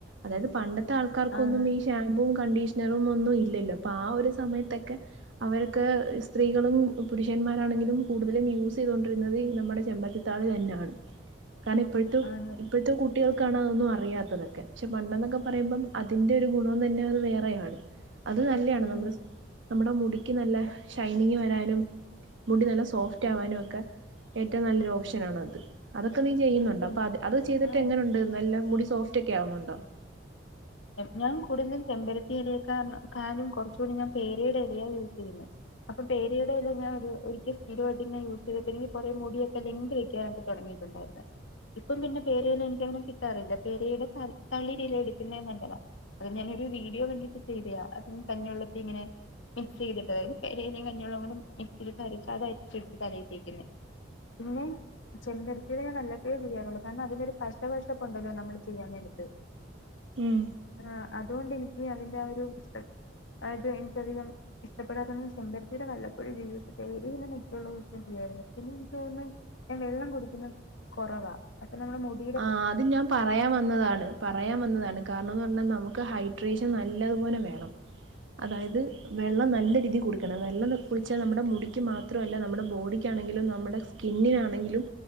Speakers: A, on the right (about 75°); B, on the left (about 85°).
A: അതായത് പണ്ട ത്തെ ആൾക്കാർക്കൊന്നും
B: ആണ്
A: ഈ ഷാമ്പും കണ്ടീഷ്ണറും ഒന്നും ഇല്ലല്ലോ അപ്പ ആ ഒരു സമയ ത്തക്കെ അവര്ക്ക് സ്ത്രീകളും പുരുഷന്മാരാണെങ്കിലും കൂടുതലും യൂസ് ചെയ്തൊണ്ടിരുന്നത് ഈ നമ്മുടെ ചെമ്പത്തി താളി തന്നാണ്
B: <inaudible>
A: കാരണം ഇപ്പയ്‌ത്തും
B: ആണ്
A: ഇപ്പഴത്തെ കുട്ടികൾക്കാണ് അതൊന്നും അറിയാത്തതൊക്കെ പക്ഷെ പണ്ടെന്നൊക്കെ പറയുമ്പം അതിന്റെ ഒരു ഗുണം തന്നെ അത് വേറെയാണ് അത് നല്ലേണ്
B: ഉം
A: നമ്മുടെ സ് നമ്മുടെ മുടിക്ക് നല്ല ഷൈനിങ് വരാനും മുടി നല്ല സോഫ്റ്റ് ആവാനും ഒക്ക ഏറ്റവും നല്ലൊരു ഓപ്ഷനാണത് അതൊക്ക നീ ചെയ്യുന്നുണ്ടോ
B: ഈ ചെം
A: അപ്പൊ അത് അത് ചെയ്ത്ട്ട്
B: ആഹ്
A: എങ്ങനെ ഉണ്ട് നല്ല മുടി സോഫ്റ്റ് ഒക്കെ ആവുന്നുണ്ടോ
B: ഞാൻ കൂടുതലും ചെമ്പരത്തി എലയെകാളും കൊർച്ചു കൂടി ഞാൻ പേരയുടെ എലയാണ് യൂസയ്യുന്നത് അപ്പ പേരയുടെ എല ഞാൻ ഒരിക്ക സ്ഥിരമായിട്ട് ഇങ്ങനെ യൂസ് ചെയ്തെന് കോറെ മുടിയക്കെ <unintelligible> തൊട്ങ്ങിയിട്ടുണ്ടാ <unintelligible> ഇപ്പം പിന്നെ പേര എല എനിക്കങ്ങനെ കിട്ടാറില്ല പേരയുടെ ത തളിരില പിന്നേം നല്ലതാ അത് ഞാന് ഒരു വീഡിയോ കണ്ടിട്ട് ചെയ്തയാ അ കഞ്ഞി വെള്ളത്തി ഇങ്ങനെ മിക്സ് ചെയ്തിട്ട അതായത് പേരയിലിം കഞ്ഞി വെള്ളും കൂടി മിക്സിലിട്ട് അരച്ച് അത് അര്ച്ചെട്ത്ത് തലയി തെക്കും ഞാൻ പിന്നെ ചെമ്പരത്തിടെ ഞാന് വല്ലപ്പൊഴേ ചെയ്യാറുള്ളു കാരണം അതിനൊരു പശവശപ്പുണ്ടല്ലോ നമ്മൾ ചെയ്യാന്നെരത്ത്
A: ഉം
B: ആഹ്‌ അതുകൊണ്ട് എനിക്ക് അതിന്റെ ആഹ് ഒരു അത് എനിക്കധികം ഇഷ്ടപ്പെടാത്തന്താ ചെമ്പരത്തിയുടെ വല്ലപ്പോഴ വിഴുസൊക്കെ ഇത് പിന്നെ മറ്റുള്ള ദിവ്സും ചെയ്യലോ മറ്റുള്ള പിന്നെ ഞൻ വെള്ളം കുടിക്കുന്ന് കൊറവാ അപ്പൊ നമ്മള് മൂടി
A: ആഹ്‌ അത് ഞാൻ പറയാൻ വന്നതാണ് പറയാൻ വന്നതാണ് കാരണംന്ന് പറഞ്ഞാ നമുക്ക് ഹൈഡ്രേഷൻ നല്ലത്പോലെ വേണം അതായത് വെള്ളം നല്ല രീതിയിൽ കുടിക്കണം വെള്ളം കുടിച്ചാൽ നമ്മുടെ മുടിക്ക് മാത്ര മാത്രല്ല നമ്മുടെ ബോഡിക്കാണെങ്കിലും നമ്മുടെ സ്കിന്നിനാണെങ്കിലും